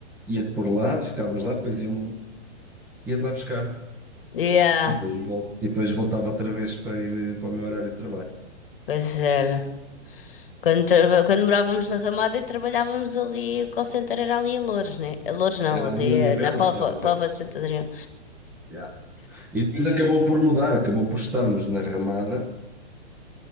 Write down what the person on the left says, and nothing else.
Yeah,
pois era. Quando, trava- quando morávamos na Ramada e trabalhávamos ali, o call center era ali a Loures, né? A Loures não,
ali
eh, na Póvoa,
Póvoa de Santo Adrião.